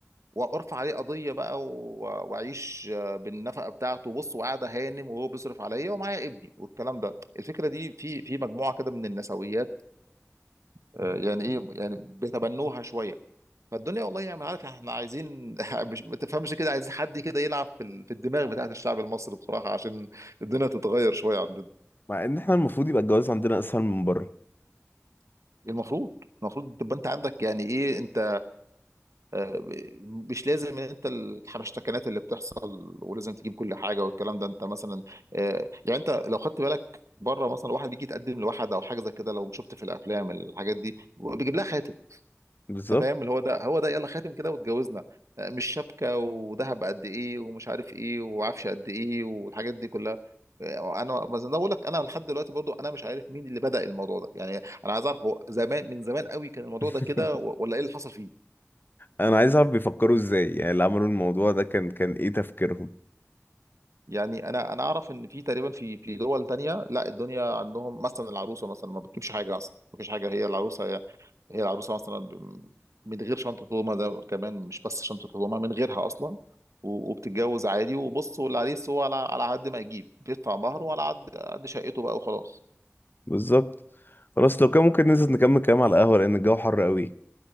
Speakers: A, on the right; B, on the left.
A: وارفع عليه قضيه بقى و- واعيش آه، بالنفقه بتاعته بص وقاعده هانم وهو بيصرف عليا ومعايا ابني والكلام ده الفكره دي في في مجموعه كده من النسويات آه، يعني ايه يعني بيتبنوها شويه فالدنيا والله يعني عارف احنا عايزين <laughs> مش ما تفهمش كده عايزين حد كده يلعب في ال- في الدماغ بتاعت الشعب المصري بصراحة عشان الدنيا تتغير شوية عندنا
B: مع ان احنا المفروض يبقى الجواز عندنا اسهل من بره
A: المفروض المفروض تبقى انت عندك يعني ايه انت آه، مش لازم ان انت الحبشتكنات اللي بتحصل ولازم تجيب كل حاجة والكلام ده انت مثلا آه، يعني انت لو خدت بالك بره مثلا واحد بيجي يتقدم لواحد او حاجة زي كده لو شفت في الافلام الحاجات دي بيجيب لها خاتم
B: بالظبط
A: انت فاهم اللي هو ده هو ده يلا خاتم كده واتجوزنا آه، مش شبكه وذهب قد ايه ومش عارف ايه وعفش قد ايه والحاجات دي كلها آه، انا بس انا بقول لك انا لحد دلوقتي برضو انا مش عارف مين اللي بدأ الموضوع ده يعني انا عايز اعرف هو زمان من زمان قوي كان الموضوع
B: <laughs>
A: ده كده و- ولا ايه اللي حصل فيه
B: انا عايز اعرف بيفكروا ازاي يعني اللي عملوا الموضوع ده كان كان ايه تفكيرهم
A: يعني انا انا اعرف ان في تقريبا في في دول تانية لا الدنيا عندهم مثلا العروسه مثلا ما بتجيبش حاجه اصلا ما فيش حاجه هي العروسه هي العروسه مثلا ب- من غير شنطه هدومها ده كمان مش بس شنطه هدومها من غيرها اصلا و- وبتتجوز عادي وبص والعريس هو على على قد ما يجيب بيدفع مهره وعلى قد قد شقته بقى وخلاص
B: بالظبط خلاص لو كان ممكن ننزل نكمل كلام على القهوة لان الجو حر قوي